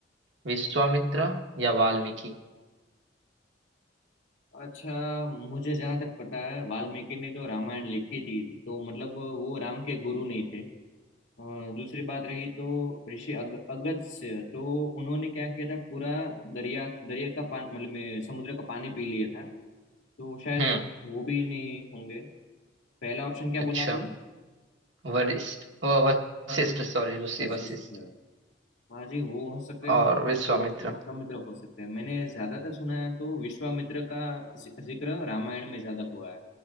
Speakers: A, on the right; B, on the left.
A: विश्वामित्र या वाल्मीकि
B: अच्छा मुझे जहाँ तक पता है वाल्मीकि ने जो रामायण लिखी थी तो मतलब वो राम के गुरु नहीं थे और दूसरी बात रही तो ऋषि अग, अगस्त्य तो उन्होंने क्या किया था पूरा दरिया दरिया का पानी मतलब में समुद्र का पानी पी लिया था तो शायद
A: हम्म
B: वो भी नहीं होंगे पहला ऑप्शन क्या
A: अच्छा
B: बोला आपने
A: वरिष्ठ व- वशिष्ठ सॉरी ऋषि
B: वशिष्ठ
A: वशिष्ठ
B: हाँ जी वो हो सकते हैं और
A: और विश्वामित्र
B: तो वि- विश्वामित्र हो सकते हैं मैंने ज्यादातर सुना है तो विश्वामित्र का जि- जिक्र रामायण में ज्यादा हुआ है